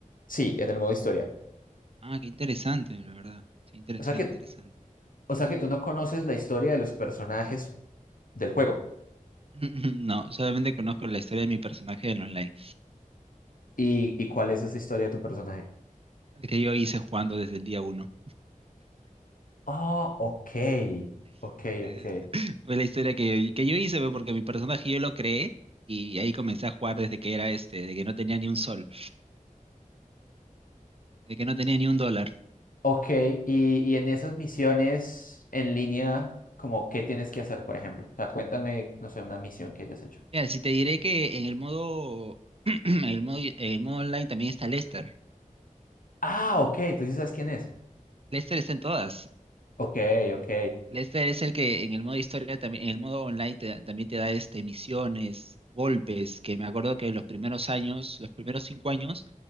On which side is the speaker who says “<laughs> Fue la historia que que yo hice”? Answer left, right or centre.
Right